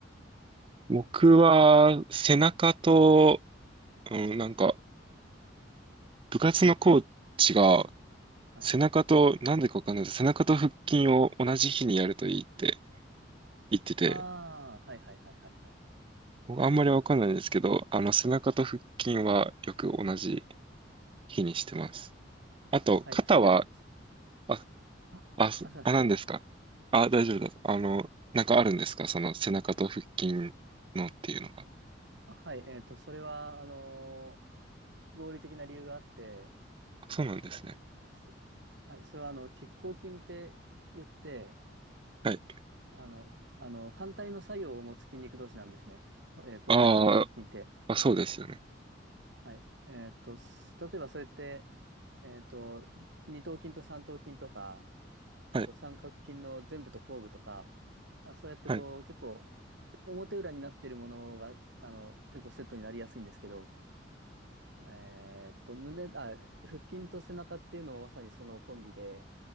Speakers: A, on the right (about 30°); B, on the right (about 70°).
A: 僕は、背中と、うん、なんか、部活のコーチが、
B: はい。
A: 背中と、なんでかわかんないです。背中と腹筋を同じ日にやるといいって言ってて、
B: ああ、はいはいはいはいはい。
A: 僕あんまりわかんないんですけど、あの、背中と腹筋はよく同じ日にしてます。あと、
B: はい、
A: 肩は、
B: そいや、そ
A: あ、
B: あ、
A: あ、そあ、
B: あ、すいません、
A: 何ですかあ、
B: どうぞ。
A: 大丈夫です。あの、なんかあるんですかその背中と腹筋のっていうのが。
B: あはい、えっと、それは、あのー合理的な理由があって、
A: そうなんですね。
B: そはい、それはあの、拮抗筋って言って、
A: はい。
B: あの、あの、反対の作用を持つ筋肉同士なんですね。えー、広背筋と腹筋って。
A: あーあ、そうですよね。
B: はい。えーっと、す例えばそれって、えーっと、二頭筋と三頭筋とか、あと三角筋の前部と後部とか、
A: はい、
B: まあ、そうやってこう、
A: はい、
B: 結構、表裏になってるものが、あの、結構セットになりやすいんですけど、えーっと、胸、あ、腹筋と背中っていうのもまさにそのコンビで、